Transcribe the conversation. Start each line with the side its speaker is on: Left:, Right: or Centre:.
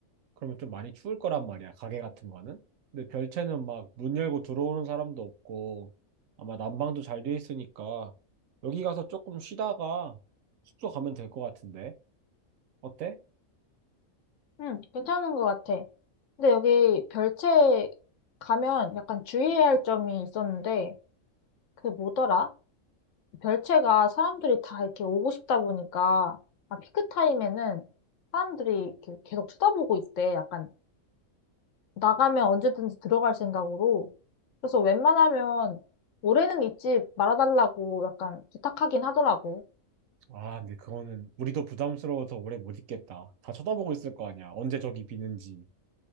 Right: 그러면 좀 많이 추울 거란 말이야, 가게 같은 거는. 근데 별채는 막 문 열고 들어오는 사람도 없고 아마 난방도 잘 돼 있으니까 여기 가서 조금 쉬다가 숙소 가면 될 것 같은데. 어때?
Left: 응, 괜찮은 것 같아. 근데 여기 별채 가면 약간 주의해야 할 점이 있었는데, 그게 뭐더라? 별채가 사람들이 다 이렇게 오고 싶다 보니까, 아, 피크 타임에는 사람들이 이렇게 계속 쳐다보고 있대. 약간 나가면 언제든지 들어갈 생각으로. 그래서 웬만하면 올해는 잊지 말아달라고 약간 부탁하긴 하더라고.
Right: 아, 근데 그거는 우리도 부담스러워서 오래 못 있겠다. 다 쳐다보고 있을 거 아니야. 언제 저기 비는지.